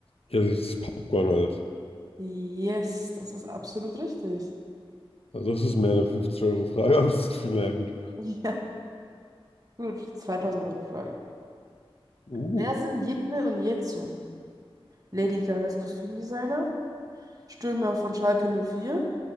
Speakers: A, on the left; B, on the right.
A: ja, das ist Popcorn halt.
B: Yes, das ist absolut richtig.
A: Also das ist mehr eine 50-Euro-Frage, <laughs> aber das Gefühl, naja, gut.
B: <laughs> Ja, gut. zweitausend euro frage
A: Uh,
B: Wer sind Yigme und Yetsun? Lady Gagas Kostümdesigner, Stürmer von Schalke null vier?